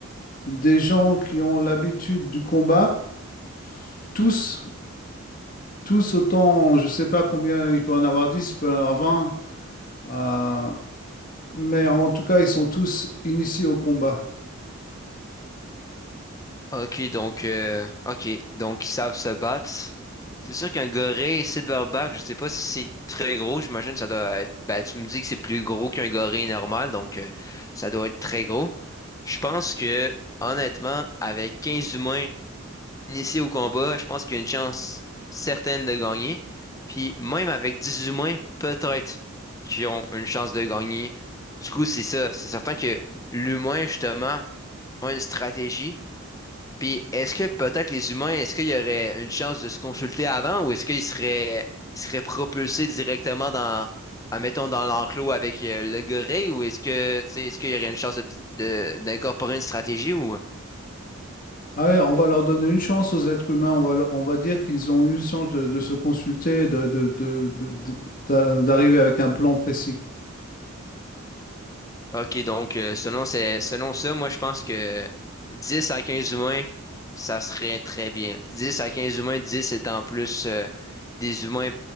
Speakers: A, on the left; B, on the left.
A: des gens qui ont l'habitude du combat, tous tous autant, je ne sais pas combien il peut en avoir 10, il peut en avoir 20, euh, mais en tout cas, ils sont tous initiés au combat.
B: Ok, donc, euh, ok, donc ils savent se battre. C'est sûr qu'un gorille silverback, je sais pas si c'est très gros, j'imagine que ça doit être. Ben, tu me dis que c'est plus gros qu'un gorille normal, donc euh, ça doit être très gros. Je pense que, honnêtement, avec 15 humains initiés au combat, je pense qu'il y a une chance certaine de gagner. Puis même avec 10 humains, peut-être qu'ils ont une chance de gagner. Du coup, c'est ça. C'est certain que l'humain, justement, a une stratégie puis est-ce que peut-être les humains, est-ce qu'il y aurait une chance de se consulter avant ou est-ce qu'ils seraient, ils seraient propulsés directement dans, admettons, dans l'enclos avec euh, le gorille ou est-ce que, tu sais, est-ce qu'il y aurait une chance de, de- d'incorporer une stratégie ou...
A: Allez, on va leur donner une chance aux êtres humains, on va, leur- on va dire qu'ils ont eu une chance de, de se consulter, de, de- de- de- de- d'a- d'arriver avec un plan précis.
B: OK, donc euh, selon, c'est, selon ça, moi je pense que 10 à 15 humains, ça serait très bien. dix à 15 humains, 10 étant plus euh, des humains